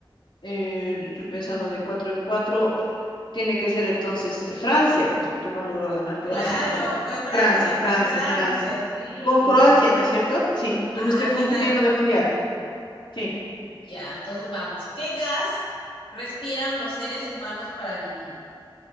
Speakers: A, on the left; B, on the left.
A: eh, estoy pensando de cuatro en cuatro. eh, tiene que ser entonces eh, Francia, pues porque no logró ganar Croacia
B: Claro,
A: o no.
B: fue Francia,
A: Francia, Francia,
B: fue Francia,
A: Francia.
B: sí.
A: Con Croacia, ¿no es cierto? Sí,
B: Ajá,
A: pues me estoy
B: al
A: confundiendo
B: final,
A: de mundial. Sí,
B: ya, entonces vamos. ¿Qué gas respiran los seres humanos para vivir?